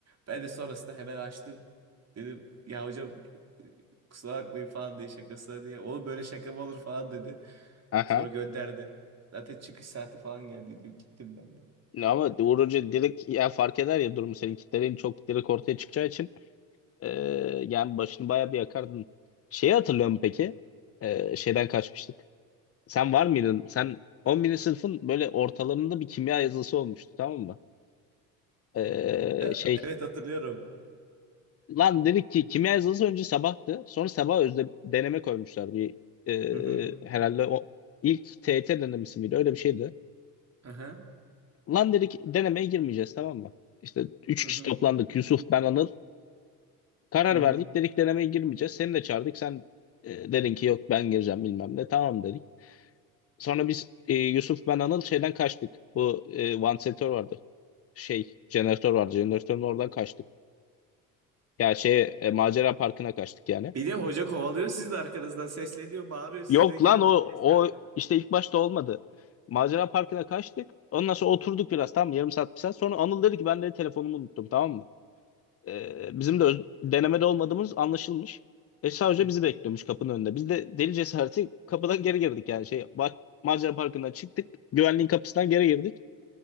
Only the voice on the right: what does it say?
Ben de sonrasında hemen açtım. Dedim ya hocam kusura bakmayın falan diye şakasına diye. Oğlum böyle şaka mı olur falan dedi.
Sonra gönderdi. Zaten çıkış saati falan geldi. Dedim gittim ben de.
<laughs>
Evet hatırlıyorum.
Hı hı.
Aha.
Hı
hı.
Hı hı.
Bir de hoca kovalıyor siz de arkanızdan sesleniyor, bağırıyor. Sizdeki
de
cesareti.
Hı hı.
Hı hı.